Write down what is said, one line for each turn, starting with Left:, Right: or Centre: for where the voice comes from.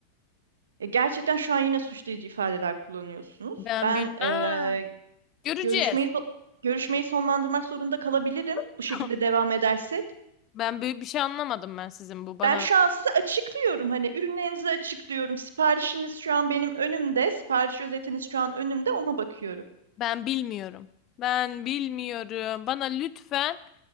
Right: E, gerçekten şu an yine suçlayıcı ifadeler kullanıyorsunuz.
Left: Ben
Right: Ben
Left: bilmem.
Right: e,
Left: Göreceğiz.
Right: Görüşmeyi zo- görüşmeyi sonlandırmak zorunda kalabilirim
Left: <laughs>
Right: bu şekilde devam edersek.
Left: Ben büyük bir şey anlamadım ben sizin bu bana.
Right: Ben şu an size açıklıyorum hani ürünlerinizi açıklıyorum. Siparişiniz şu an benim önümde. Sipariş özetiniz şu an önümde ona bakıyorum.
Left: Ben bilmiyorum. Ben bilmiyorum. Bana lütfen